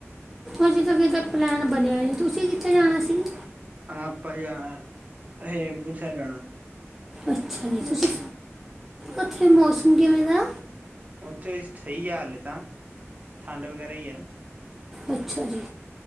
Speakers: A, in the centre; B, on the right.
A: ਅਜੇ ਤ ਕਿ ਦਾ ਪਲੈਨ ਬਣਿਆ ਜੀ ਤੁਸੀਂ ਕਿੱਥੇ ਜਾਣਾ ਸੀ।
B: ਆਪਾਂ ਜਾਣਾ ਸੀ ਸ੍ਰੀ ਹੇਮਕੁੰਡ ਸਾਹਿਬ
A: ਅੱਛਾ ਜੀ ਤੁਸੀਂ,
B: <unintelligible> ਹਾਂ
A: ਉੱਥੇ ਮੌਸਮ ਕਿਵੇਂ ਦਾ।
B: ਉੱਥੇ ਸਹੀ ਹੈ ਹਾਲੇ ਤਾਂ ਠੰਡ ਵਗੈਰਾ ਹੀ ਹੈ।
A: ਅੱਛਾ ਜੀ,